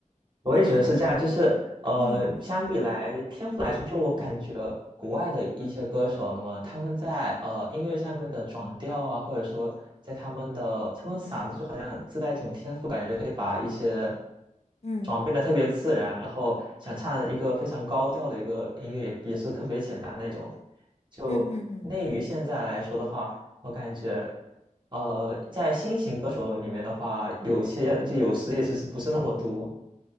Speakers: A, on the right (about 35°); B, on the left (about 55°).
A: 我也觉得是这样，
B: 嗯
A: 就是呃，
B: 嗯嗯
A: 相比来天赋来说，就我感觉国外的一些歌手们，他们在呃音乐上面的转调啊，或者说在他们的他们嗓子就好像自带一种天赋，感觉可以把一些
B: 嗯
A: 转变的特别自然，然后想唱一个非常高调的一个音乐也也是特别简单那种。就内娱现在来说的话，
B: 嗯嗯嗯。
A: 我感觉。呃，在新型歌手里面的话，有些就有时也其实不是那么多，